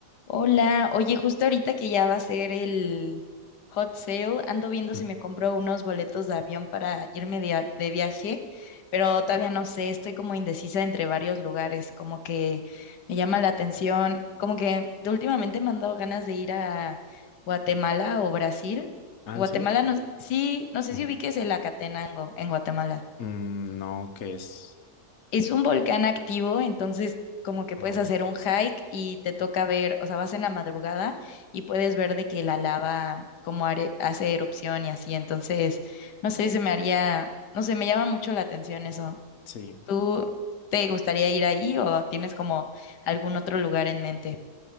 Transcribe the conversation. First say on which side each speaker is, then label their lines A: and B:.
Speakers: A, on the left; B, on the left.
A: Hola, oye, justo ahorita que ya va a ser el hot sale, ando viendo
B: Mm.
A: si me compro unos boletos de avión para irme de, a- de viaje, pero todavía no sé, estoy como indecisa entre varios lugares, como que me llama la atención, como que de últimamente me han dado ganas de ir a Guatemala o Brasil.
B: ¿Ah,
A: Guatemala,
B: en serio?
A: no, sí, no sé
B: Ujú.
A: si ubiques el Acatenango en Guatemala.
B: Mm, no, que es.
A: Es un volcán activo, entonces como que
B: ah,
A: puedes hacer un hike y te toca ver, o sea, vas en la madrugada y puedes ver de que la lava como are- hace erupción y así. Entonces, no sé, se me haría, no sé, me llama mucho la atención eso.
B: sí.
A: ¿Tú te gustaría ir ahí o tienes como algún otro lugar en mente?